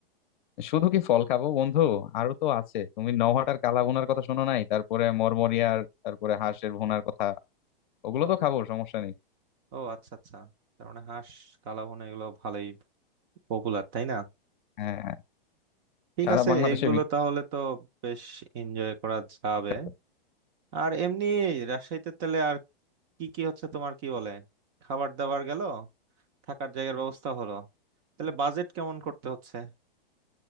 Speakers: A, on the left; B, on the right.
A: শুধু কি ফল খাবো বন্ধু আরো তো আছে তুমি নওহাটার কালা ভুনার কথা শোনো নাই তারপরে মরমরিয়ার তারপরে হাঁসের ভুনার কথা ওগুলো
B: ও
A: তো খাবো সমস্যা নেই
B: ও আচ্ছা আচ্ছা তার মানে হাঁস কালাভুনা এগুলো ভালোই পপুলার তাই না
A: হ্যাঁ হ্যাঁ,
B: ঠিক
A: সারা
B: আছে
A: বাংলাদেশে
B: এগুলো তাহলে তো বেশ এনজয় করা যাবে
A: বিখ্যাত
B: আর এমনি রাজশাহীতে তাহলে আর কি কি হচ্ছে তোমার কি বলে খাবার দাবার গেল থাকার জায়গার ব্যবস্থা হলো তাহলে বাজেট কেমন করতে হচ্ছে